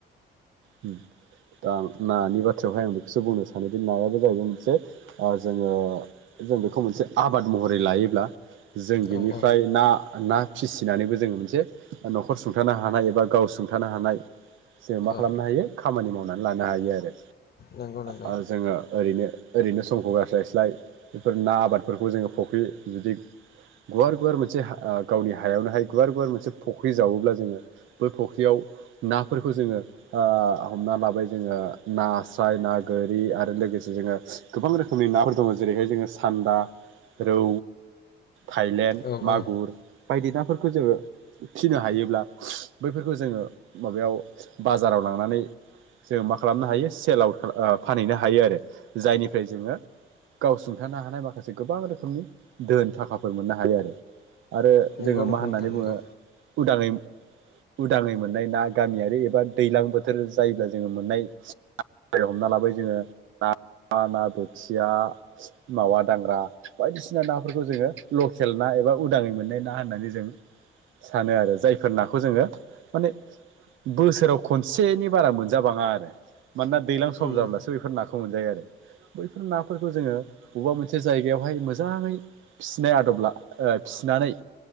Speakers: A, on the right; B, on the left.
A: ओम आं नानि बाथ्रायावहाय आं बेखौसो बुंनो सानोदि नायाबो जाहैदों मोनसे ओ जोङो जों बेखौ मोनसे आबाद महरै लायोब्ला जों बिनिफ्राय
B: औ औ
A: ना ना फिसिनानैबो जोङो मोनसे न'खर सुंथानो हानाय एबा गाव सुंथानो हानाय जों मा
B: औ
A: खालामनो हायो खामानि मावनानै लानो हायो आरो
B: नंगौ नंगौ
A: ओ जोङो ओरैनो ओरैनो समखौ गारस्लायस्लाय बेफोर ना आबादफोरखौ जोङो फख्रि <unintelligible> गुवार गुवार मोनसे हा ओ गावनि हायावनोहाय गुवार गुवार मोनसे फुख्रि जावोब्ला जोङो बै फुख्रियाव नाफोरखौ जोङो ओ हमना लाबाय जोङो नास्राय ना गोरि आरो लोगोसे जोङो गोबां रोखोमनि नाफोर दङ जेरैहाय जोङो सा न्दा रौ थाइलेण्ड
B: औ
A: मागुर
B: औ
A: बायदि नाफोर खौ जोङो फिनो हायोब्ला बैफोरखौ जोङो माबायाव बाजाराव लांनानै जों मा खालामनो हायो सेल आउट ओ फानहैनो हायो आरो जायनिफ्राय जोङो गावसुंथानो हानाय माखासे गोबां रोखोमनि दोन थाखाफोर मोननो हायो आरो। आरो
B: नंगौ
A: जोङो
B: नंगौ
A: मा होननानै
B: नोंथां नंगौ
A: बुङो उदाङै उदाङै मोननाय ना गामियारि एबा दैलां बोथोर जायोबा <unintelligible> हमना लाबाय जोङो ना <unintelligible> ना बोथिया मावा दांग्रा बायदिसिना नाफोरखौ जोङो लकेल ना एबा उदाङै मोननाय ना होननानै जों सानो आरो जायफोर नाखौ जोङो माने बोसोराव खनसेनि बारा मोन जाबाङा आरो मानोना दैज्लां सम
B: उम
A: जाब्लासो
B: उम
A: बेफोर नाखौ मोनजायो आरो बैफोर नाफोरखौ जोङो बबेबा मोनसे जायगायावहाय मोजाङै फिसिनाय आदब ला ओ फिनानै